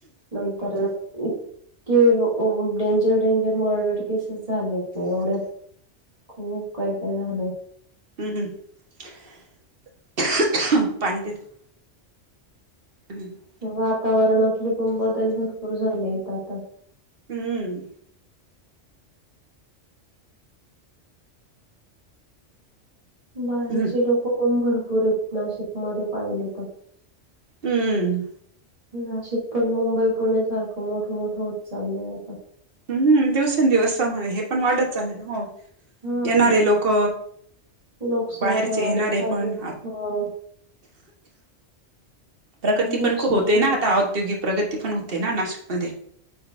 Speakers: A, on the right (about 30°); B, on the right (about 50°).
A: नंतर कि डेंजर डेंजर मर्डर केसेस झालेत नाही एवढ्यात खूप काय काय झालंय
B: <unintelligible> हम्म <inaudible>
A: वातावरणातले पण बदल भरपूर झाले आहेत आता.
B: हम्म.
A: बाहेरचे
B: हम्म
A: लोक पण भरपूर आहेत, नाशिकमध्ये पाहिले तर.
B: हम्म.
A: नाशिक पण मुंबई पुण्यासारखं मोठं मोठं होत चाललंय आता.
B: हम्म दिवसेंदिवस मुळे हे पण वाढत चालेल ना हो.
A: हम्म
B: येणारे लोक,
A: लोकसंख्या
B: बाहेरचे
A: वाढत
B: येणारे
A: चालली
B: पण.
A: हो.
B: प्रगती
A: लोकसंख्या
B: पण खूप होते ना
A: वाढ
B: आता, औद्योगिक प्रगती पण होते ना नाशिकमध्ये.